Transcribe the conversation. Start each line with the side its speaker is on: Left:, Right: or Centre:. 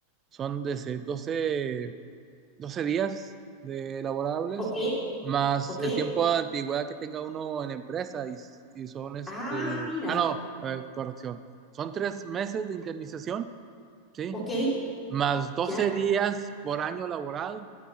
Right: son de ese 12 12 días de laborables,
Left: Ok,
Right: más
Left: ok.
Right: el tiempo de antigüedad que tenga uno en la empresa. Y, s- y son, este,
Left: Ah, mira,
Right: ah, no, a ver, corrección. Son tres meses de indemnización, ¿sí?
Left: ok,
Right: Más doce
Left: ya.
Right: días por año laborado,